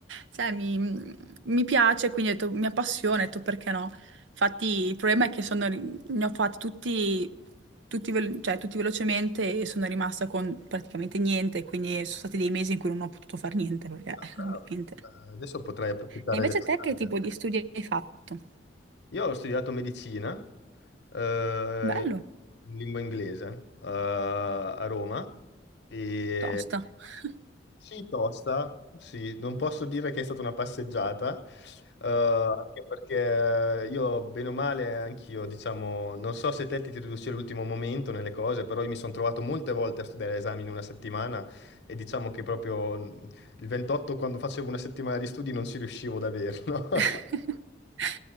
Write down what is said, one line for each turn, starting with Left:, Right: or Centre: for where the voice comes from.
Right: cioè, mi, mi piace, quindi ho detto, mi appassiona, ho detto perché no. Infatti il problema è che sono ri- ne ho fatti tutti, tutti velo- cioè, tutti velocemente e sono rimasta con praticamente niente, quindi sono stati dei mesi in cui non ho potuto fare niente, perché
Left: Ah, brava.
Right: <laughs> ovviamente.
Left: Eh, Adesso potrai approfittare
Right: E invece
Left: dell'estate.
Right: te che tipo di studi hai fatto?
Left: Io ho studiato medicina, eh,
Right: Bello,
Left: in lingua inglese, eh, a Roma e
Right: tosta. <laughs>
Left: sì, tosta, sì, non posso dire che è stata una passeggiata, eh, anche perché io, bene o male, anch'io, diciamo, non so se te ti riduci all'ultimo momento nelle cose, però io mi sono trovato molte volte a studiare esami in una settimana e diciamo che proprio il 28, quando facevo una settimana di studi, non ci riuscivo ad averlo. <laughs>
Right: <laughs>